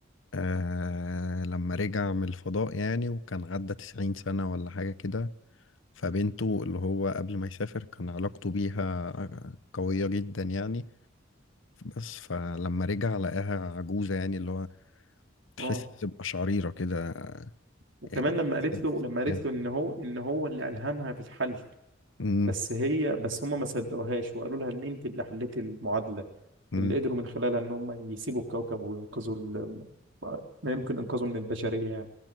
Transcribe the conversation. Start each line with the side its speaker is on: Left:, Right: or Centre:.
Left: آه لما رجع من الفضاء يعني وكان عدى تسعين سنة ولا حاجة كده فبنته اللي هو قبل ما يسافر كان علاقته بيها آه، قوية جدا يعني بس فلما رجع لقاها عجوزة يعني اللي هو تحس
Right: اه
Left: بقشعريرة كده آه،
Right: وكمان
Left: يعني
Right: لما قالت له لما قالت
Left: يعني-
Right: له ان هو ان هو اللي ألهمها في الحل
Left: مم،
Right: بس هي بس هم ما صدقوهاش وقالوا لها ان انت اللي حليتي المعادلة
Left: مم.
Right: اللي قدروا من خلالها ان هم يسيبوا الكوكب وينقذوا ال- ما يمكن انقاذه من البشرية يعني